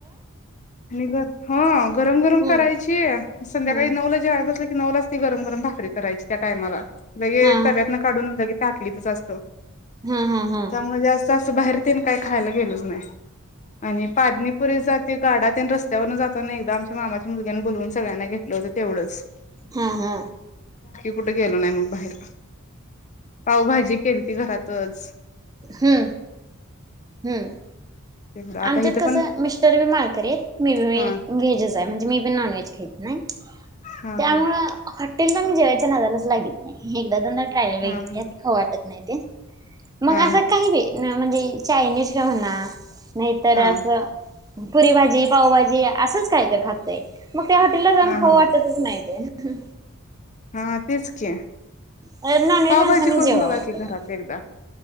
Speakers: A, on the left; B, on the right.
A: आणि बघ हा गरम गरम
B: हम्म
A: करायची संध्याकाळी
B: हा
A: नऊला जेवाय बसल नवलाच ती गरम गरम भाकरी करायची त्या टायमाला लगे
B: हा
A: तव्यातन काढून लगे ताटलीचच असतं.
B: हा हा हा
A: त्यामुळ जास्त असं बाहेर तेन काय खायला गेलोच नाय. आणि पादणीपुरीे जातीत गाडा तेन रस्त्यावरून जाताना एकदा आमच्या मामाच्या मुलग्यानी बोलवून सगळ्यांना घेतलं होतं तेवढंच
B: हा हा
A: कुठ गेलो नाय मग बाहेर पावभाजी केलती घरात तच
B: हूं हूं
A: तेवढं आता
B: आमच्यात
A: इथं
B: कस
A: पण
B: मिस्टर बी मा ळकरी येत मी व्हेज
A: हा
B: आहे म्हणजे मी पण नॉन व्हेज खाईत नाय.
A: हा
B: त्यामुळ
A: हा
B: हॉटेलला म्हणजे जायच्या नादालाच लागित नाय एकदा दोनदा ट्रायल बघितली
A: हा हा
B: या ती खावू वाटत नाय ते मग
A: हा
B: असं काही बी म्हणजे चायनीज का म्हणा नाहीतर
A: हा
B: असं पुरी भाजी, पावभाजी असंच काय तर खातंय. मग त्या हॉटेलला जाऊन
A: हा
B: खाऊं
A: हा
B: वाटतच नाय ते हम
A: हा तेच की
B: नॉनव्हेज
A: पावभाजी
B: माणसानी
A: करून
B: जेवावं
A: बघा
B: हॉटेलला.
A: की घरात एकदा